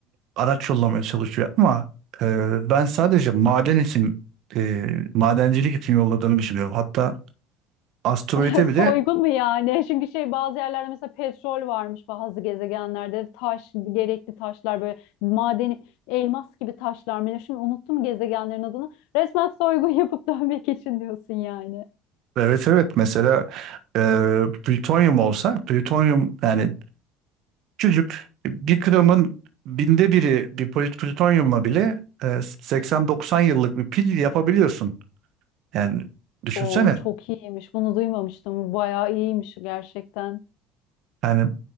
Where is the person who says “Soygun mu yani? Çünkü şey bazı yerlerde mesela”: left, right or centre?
Left